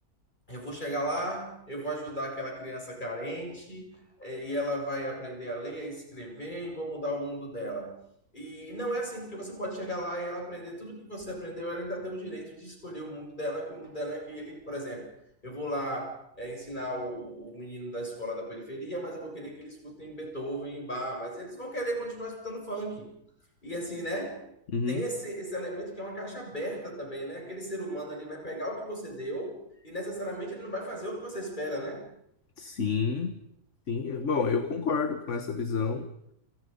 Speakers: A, on the left; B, on the left.
A: eu vou chegar lá, eu vou ajudar aquela criança carente, eh, e ela vai aprender a ler, a escrever, e vou mudar o mundo dela. E não é assim, porque você pode chegar lá e ela aprender tudo que você aprendeu, ela ainda tem o direito de escolher o mundo dela, que o mundo dela é aquele. Por exemplo, eu vou lá, eh, ensinar o, o menino da escola da periferia, mas eu vou querer que ele escutem Beethoven e Bach, mas eles vão querer continuar escutando funk. E assim, né?
B: Uhum.
A: Tem esse, esse elemento que é uma caixa aberta também, né? Aquele ser humano ali vai pegar o que você deu e necessariamente ele não vai fazer o que você espera, né?
B: Sim, sim. Bom, eu concordo com essa visão.